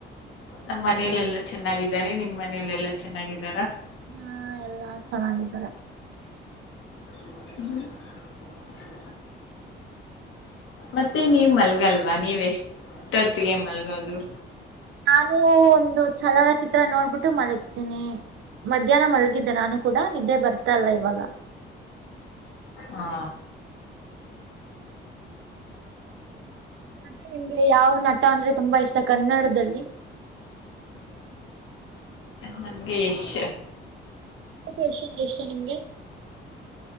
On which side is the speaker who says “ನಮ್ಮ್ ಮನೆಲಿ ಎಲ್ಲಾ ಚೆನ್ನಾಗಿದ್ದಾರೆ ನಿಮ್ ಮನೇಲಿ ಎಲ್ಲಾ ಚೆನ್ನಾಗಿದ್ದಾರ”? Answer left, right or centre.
Left